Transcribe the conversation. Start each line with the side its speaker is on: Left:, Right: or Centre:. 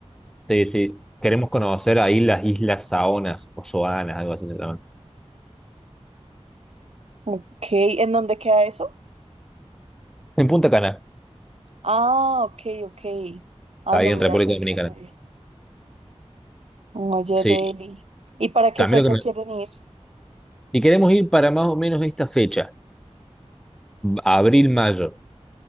Centre: Sí, sí. Queremos conocer ahí las islas Saonas o Soanas, algo así se llaman.
Right: Ok, ¿en dónde queda eso?
Centre: En Punta Cana,
Right: Ah, ok, ok. Ah,
Centre: está
Right: no,
Centre: ahí en
Right: mira,
Centre: República
Right: esa sí
Centre: Dominicana.
Right: no sabía. Oye,
Centre: Sí,
Right: Deli. ¿Y para qué
Centre: también
Right: fecha
Centre: lo que
Right: quieren
Centre: me-
Right: ir?
Centre: Y queremos ir para más o menos esta fecha, abril, mayo.